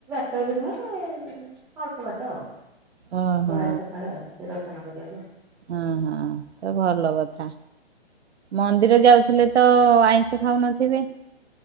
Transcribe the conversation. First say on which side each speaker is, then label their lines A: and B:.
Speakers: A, in the centre; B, on the right.
A: ଫଟ ବି ନୁହେଁ ଅଳ୍ପ ବାଟ ଆଉ
B: ଓହୋ।
A: ପଳାଏ ସକାଳେ ଆଉ। ଟେ ଦର୍ଶନ କରିବାକୁ ଆଉ।
B: ହଁ ହଁ ତ ଭଲ କଥା ମନ୍ଦିର ଯାଉଥିଲେ ତ ଆଇଁଷ ଖାଉନଥିବେ?